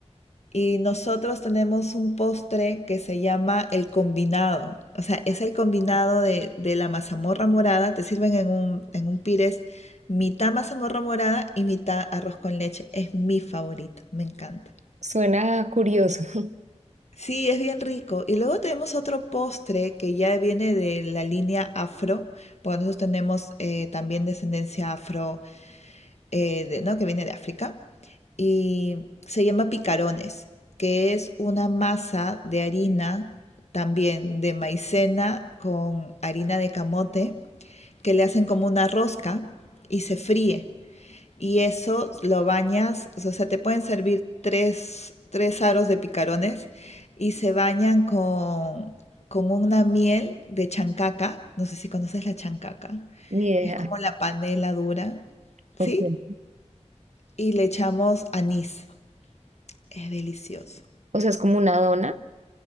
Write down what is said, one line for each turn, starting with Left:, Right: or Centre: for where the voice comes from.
Left: Y nosotros tenemos un postre que se llama el combinado. O sea, es el combinado de, de la mazamorra morada. Te sirven en un, en un pires mitad mazamorra morada y mitad arroz con leche. Es mi favorito, me encanta.
Right: suena curioso.
Left: Sí, es bien rico. Y luego tenemos otro postre que ya viene de la línea afro, porque nosotros tenemos eh, también descendencia afro, eh, de- ¿no? Que viene de África. Y se llama picarones, que es una masa de harina, también de maicena con harina de camote, que le hacen como una rosca y se fríe y eso lo bañas, o sea, te pueden servir tres, tres aros de picarones y se bañan con, con una miel de chancaca, no sé si conoces la chancaca,
Right: <laughs> Ni idea.
Left: que es como la panela dura,
Right: Ok.
Left: ¿sí? Y le echamos anís, es delicioso.
Right: O sea, es como una dona,